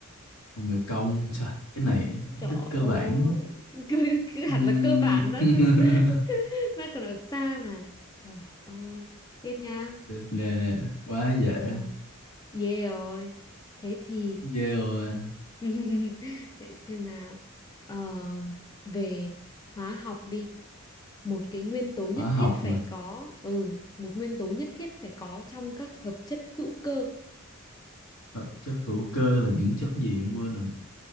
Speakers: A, on the left; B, on the left.
A: ông mẹ công trời cái này kiến
B: trời
A: thức cơ
B: ơi
A: bản
B: cứ, cứ hẳn
A: Ừm.
B: là cơ bản nó
A: <laughs>
B: còn- <laughs> nó còn ở xa mà trời ơi tiếp nha
A: tiếp là quá dễ
B: ờ ghê rồi thế thì
A: ghê rồi
B: <laughs> Để xem nào. Ờ, về hóa học đi. Một cái nguyên tố nhất
A: hóa học
B: thiết phải
A: mà
B: có, ừ, một nguyên tố nhất thiết phải có trong các hợp chất hữu cơ.
A: hợp chất hữu cơ là những chất gì em quên rồi